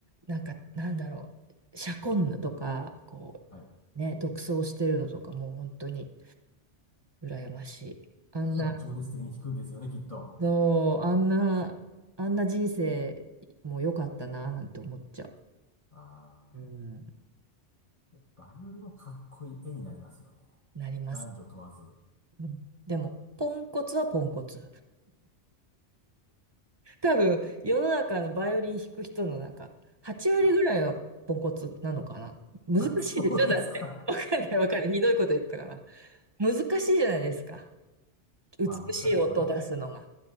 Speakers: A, on the right (about 25°); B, on the left (about 30°).
A: なんか、なんだろう、シャコンヌとか、こ
B: はい。
A: う、ね、独走してるのとか、もう本当に羨ましい。あんな
B: しかも情熱的に弾くんですよね、きっと。
A: そう、あんな、あんな人生も良かったな、なんて思っちゃ
B: あ
A: う。うん、
B: あ、いやバイオリンもかっこいい絵になりますよね。
A: なります。
B: 男女問わず。
A: うんでも、ポンコツはポンコツ。多分、世の中のバイオリン弾く人の中、8割ぐらいはポンコツなのかな。
B: あ、<laughs>
A: 難しいでしょだって。
B: あそうですか。
A: <laughs> わかんない、わかんない。ひどいこと言ったから。難しいじゃないですか。
B: <laughs>
A: 美しい音を出すのが。
B: まあ難しいですよね。